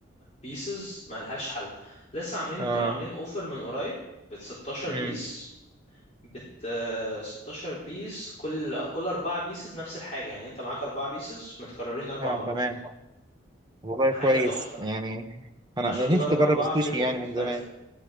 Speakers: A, on the left; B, on the right.
A: بيسز ملهاش حل لسه عاملين
B: اه
A: كانوا عاملين اوفر من قريب ب 16
B: امم
A: بيس بت آه، 16 بيس كل كل اربعة بيسز نفس الحاجة يعني انت معاك اربعة بيسز متكررين اربع
B: اه
A: مرات
B: تمام والله
A: حاجة
B: كويس
A: تحفة
B: يعني انا
A: عشان
B: أنا نفسي
A: تجرب
B: اجرب
A: أربع
B: السوشي
A: فليفرز
B: يعني
A: مختلفة
B: من زمان